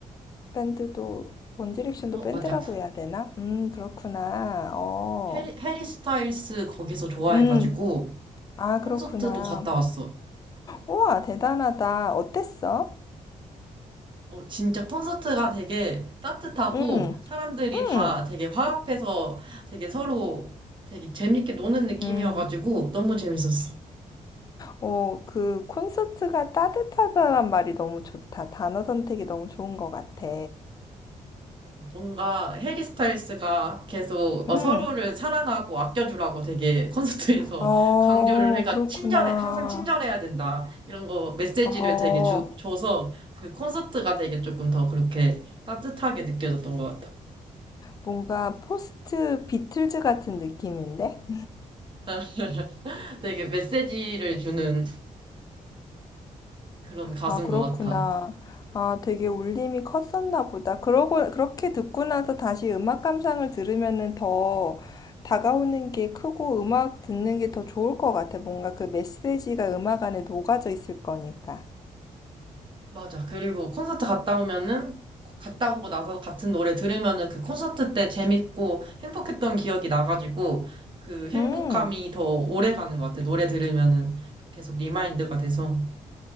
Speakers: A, on the left; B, on the right.
A: 밴드도, 원디렉션도
B: 어
A: 밴드라고
B: 맞아.
A: 해야 되나? 음, 그렇구나. 어,
B: 해리, 해리 스타일스 거기서 좋아해가지고
A: 음, 아,
B: 콘서트도
A: 그렇구나.
B: 갔다 왔어.
A: 우와, 대단하다. 어땠어?
B: 어, 진짜 콘서트가 되게 따뜻하고
A: 음,
B: 사람들이
A: 음,
B: 다 되게 화합해서 되게 서로 되게 재밌게 노는 느낌이어가지고
A: 음.
B: 너무 재밌었어.
A: 어, 그 콘서트가 따뜻하다란 말이 너무 좋다. 단어 선택이 너무 좋은 것 같아.
B: 어, 뭔가 해리 스타일스가 계속
A: 음.
B: 어, 서로를 사랑하고 아껴주라고 되게 콘서트에서
A: 어,
B: <laughs> 강조를 해가
A: 그렇구나.
B: 친절해, 항상 친절해야 된다. 이런 거 메시지를
A: 어,
B: 되게 주, 줘서 그 콘서트가 되게 조금 더 그렇게 따뜻하게 느껴졌던 것 같아.
A: 뭔가 포스트 비틀즈 같은 느낌인데?
B: <laughs> 되게 메시지를 주는 그런 가수인
A: 아, 그렇구나.
B: 것 같아.
A: 아, 되게 울림이 컸었나 보다. 그러고, 그렇게 듣고 나서 다시 음악 감상을 들으면은 더 다가오는 게 크고 음악 듣는 게 더 좋을 것 같아. 뭔가 그 메시지가 음악 안에 녹아져 있을 거니까.
B: 맞아. 그리고 콘서트 갔다 오면은, 갔다 오고 나서 같은 노래 들으면은 그 콘서트 때 재밌고 행복했던 기억이 나가지고 그 행복감이
A: 음.
B: 더 오래 가는 것 같아. 노래 들으면은 계속 리마인드가 돼서.